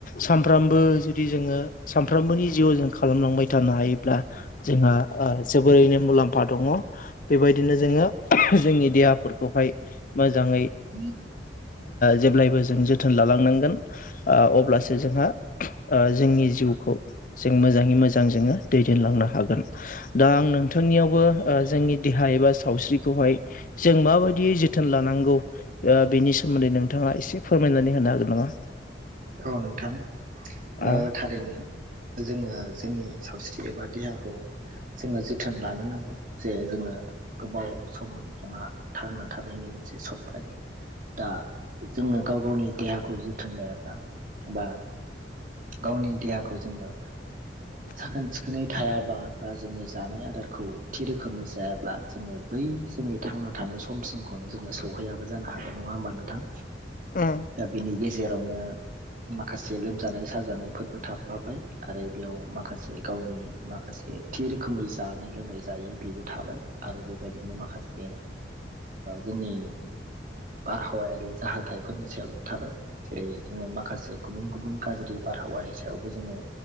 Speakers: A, on the left (about 45°); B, on the right (about 45°).
A: सामफ्रामबो जुदि जोङो सामफ्रामबोनि जिउआव जों खालामलांबाय थानो हायोब्ला जोंहा जोबोरैनो मुलाम्फा दङ। बेबायदिनो जोङो जोंनि देहाफोरखौहाय मोजाङै
B: जि
A: जेब्लायबो जों जोथोन लालांनांगोन अब्लासो जोंहा जोंनि जिउखौ जों मोजाङै मोजां जोङो दैदेनलांनो हागोन दा आं नोंथांनियावबो जोंनि देहा एबा सावस्रिखौहाय जों माबायदियै जोथोन लानांगौ ओ बेनि सोमोन्दै नोंथाङा एसे फोरमायनानै होनो हागोन नामा
B: औ नोंथां ओ
A: आ
B: थारैनो जोङो जोंनि सावस्रि एबा देहाखौ जोङो जोथोन लानो नांगौ जे जोङो गोबाव सम जोंहा थांना थानायनि मोनसे सम थायो दा जोङो गाव गावनि देहाखौ जोथोन ला बा गावनि देहाखौ जोङो
A: <inaudible>
B: साखोन सिखोनै थायाबा बा जोङो जानाय आदारखौ थि रोखोमै जायाब्ला जोङो बै जोंनि थांना थानाय समसिमखौनो जोङो सौहैयाबो जानो हागौ नङा होमबा नोंथां
A: उम
B: दा बिनि गेजेरावनो माखासे लोमजानाय साजानायफोरबो थाफाबाय आरो बेयाव माखासे गावनि माखासे थि रोखोमै जानाय लोंनाय जायो बेबो थाबाय आरो बेबायदिनो माखासे जोंनि बारहावायारि जाहाथायाइफोरनि सायावबो थाबाय जेरै जोङो माखासे गुबुन गुबुन गाज्रि बारहावानि सायावबो जोङो